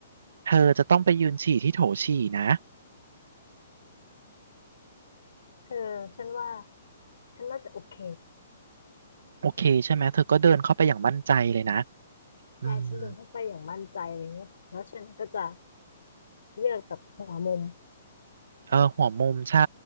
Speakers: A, on the right (about 70°); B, on the left (about 80°).
A: เธอจะต้องไปยืนฉี่ที่โถฉี่นะ
B: เธอฉันว่าฉันน่าจะโอเค
A: โอเคใช่ไหมเธอก็เดินเข้าไปอย่างมั่นใจเลยนะอืม
B: ยายฉันเดินเข้าไปอย่างมั่นใจเลยเนี่ยแล้วฉันก็จะเลือกแบบหัวมุม
A: เออหัวมุมใช่